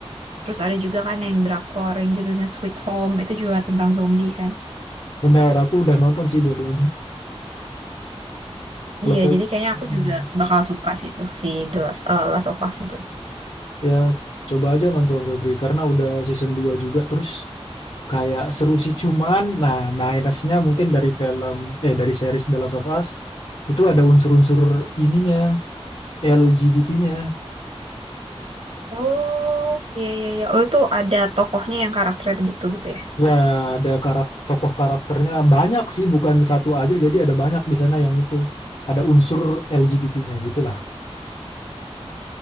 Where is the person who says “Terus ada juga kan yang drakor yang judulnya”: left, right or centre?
Right